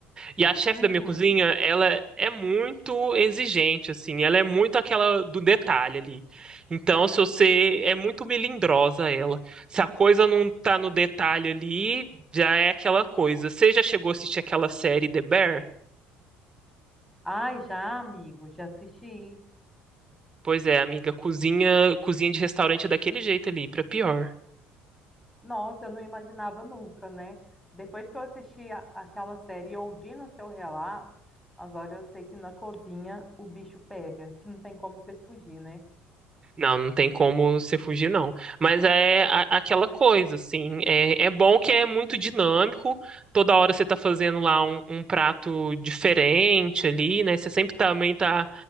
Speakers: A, on the right; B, in the centre.
A: E a chefe
B: Uhum.
A: da minha cozinha, ela é muito exigente, assim, ela é muito aquela do detalhe ali. Então, se você é muito melindrosa ela. Se a coisa não tá no detalhe ali, já é aquela coisa. Você já chegou a assistir aquela série The Bear?
B: Ai, já, amigo, já assisti.
A: Pois é, amiga, cozinha, cozinha de restaurante é daquele jeito ali, pra pior.
B: Nossa, eu não imaginava nunca, né? Depois que eu assisti a- aquela série e ouvindo o seu relato, agora eu sei que na cozinha o bicho pega, que não tem como você fugir, né?
A: Não, não tem como você fugir, não. Mas é a- aquela coisa, assim. É, é bom que é muito dinâmico. Toda hora você tá fazendo lá um, um prato diferente ali, né? Você sempre também tá